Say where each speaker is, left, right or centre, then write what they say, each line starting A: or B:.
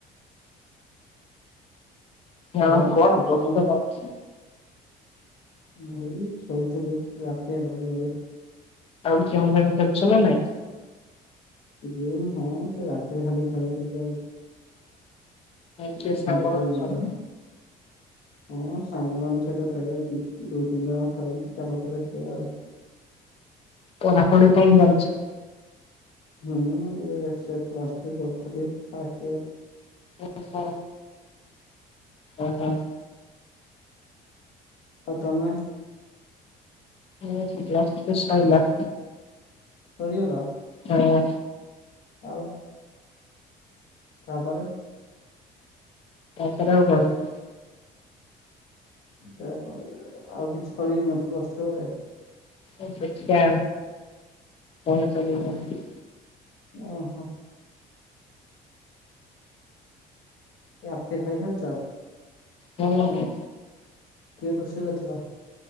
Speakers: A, on the left; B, on the left.
A: ହଁ
B: ଆଉ
A: କଣ
B: କେତେ
A: କରୁଚ ତମେଆସି କି?
B: ମୁଁ ଶୋଇଥିଲି ରାତି ହେଲାଣି ଏବେ।
A: ଆଉ ଯାହା ଯେମିତି କରୁଚ ନାନାହଁ?
B: ଗେମ୍ ହଁ ସେ ରାତିରେ ଖାଲି ଖେଳେ ଟିକେ ଆଉ। <inaudible>
A: ଆଉ କିଏ ସାଙ୍ଗମାନେ ସବୁ
B: ମୁଁ ସାଙ୍ଗମାନଙ୍କ ସହିତ ଖେଳେ, ଦୁଇ ତିନି ଜଣ ଖେଳନ୍ତି ତାଙ୍କ ସହିତ ଖେଳେ ଆଉ।
A: ପଢାପଢି ପାଇଁ ଯାଉଛି।
B: ହୁଁ ଏବର୍ଷ ପ୍ଲସଥ୍ରୀ କରିଥିଲି, ଯେ ଫାଷ୍ଟେୟର୍।
A: ଓହୋ ଓହୋ।
B: ଆଉ ତମେ?
A: ମୋରପ୍ଲସ୍ ଟୁ ସଇଲା।
B: ସରିଗଲା।
A: ହଁ।
B: ଆଉ? ତାପରେ?
A: ତାପରେ ଆଉ କଣ?
B: ତା ପାଇଁ ଆଉକିଛି କହିବାର ଅଛି ଅତ୍ର।
A: ଅପେକ୍ଷା କଣ କରିବ ଆଉ?
B: ଓହୋ। ରାତିରେ ଖାଇସାରିଚ?
A: ହୁଁ।
B: କିଏ ରୋଷେଇ କରିଥିଲା?